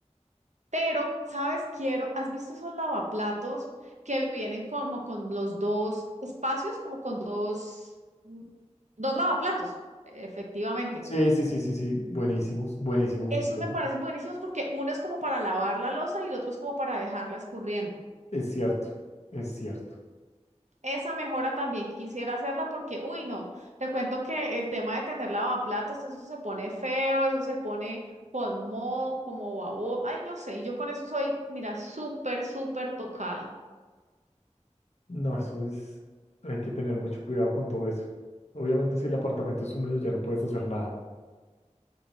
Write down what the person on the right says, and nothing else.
Pero, ¿sabes? Quiero, ¿has visto esos lavaplatos que vienen como con los dos espacios, como con dos, mm, dos lavaplatos? Efectivamente.
Esos
me parecen buenísimos porque uno es como para lavar la losa y el otro es como para dejarla escurriendo.
Esa mejora también quisiera hacerla porque, uy, no, te cuento que el tema de tener lavaplatos, eso se pone feo, eso se pone con moho, como babo, ay, no sé, y yo con eso soy, mira, súper, súper tocada.